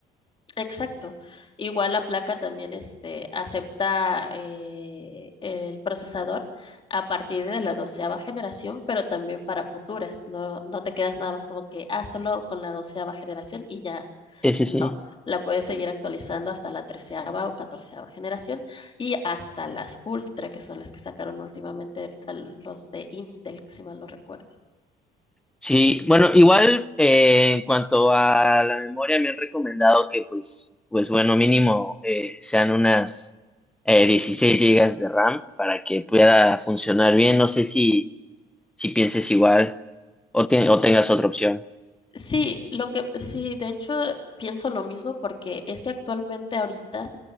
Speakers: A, on the left; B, in the centre.
A: Exacto. Igual la placa también este, acepta eh, el procesador a partir de la doceava generación, pero también para futuras. No, no te quedas nada más como que, ah, solo con la doceava generación y ya
B: Sí, sí, sí.
A: no. La puedes seguir actualizando hasta la treceava o catorceava generación y hasta las ultra, que son las que sacaron últimamente ahorita los de Intel, si mal no recuerdo.
B: Sí, bueno, igual eh, en cuanto a la memoria me han recomendado que pues, pues bueno, mínimo eh, sean unas eh, 16 gigas de RAM para que pueda funcionar bien. No sé si si pienses igual o, te- o tengas otra opción.
A: Sí, lo que sí, de hecho pienso lo mismo porque es que actualmente ahorita